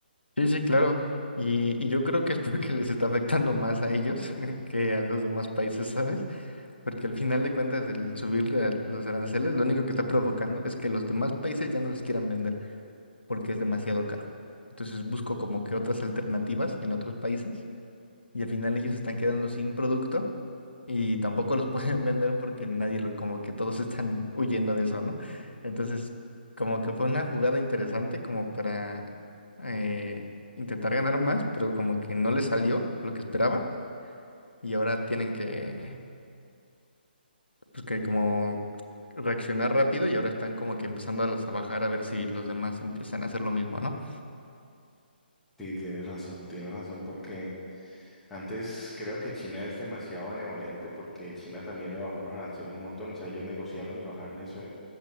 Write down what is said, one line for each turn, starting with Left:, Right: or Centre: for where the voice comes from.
Left: Sí, sí, claro. Y, y yo creo que es <laughs> porque les está afectando más a ellos <laughs> que a los demás países, ¿sabes? Porque al final de cuentas el subirle a los aranceles lo único que está provocando es que los demás países ya no les quieran vender porque es demasiado caro. Entonces busco como que otras alternativas en otros países y al final ellos están quedando sin producto y tampoco los <laughs> pueden vender porque nadie los, como que todos están huyendo de eso, ¿no? Entonces, como que fue una jugada interesante como para eh, intentar ganar más, pero como que no les salió lo que esperaban y ahora tienen que, pues que como reaccionar rápido y ahora están como que empezando a los a bajar a ver si los demás empiezan a hacer lo mismo, ¿no?
Centre: Sí, tienes razón, tienes razón, porque antes creo que China es demasiado benevolente, porque China también le bajó los aranceles un montón, o sea, ellos negociaron y bajaron eso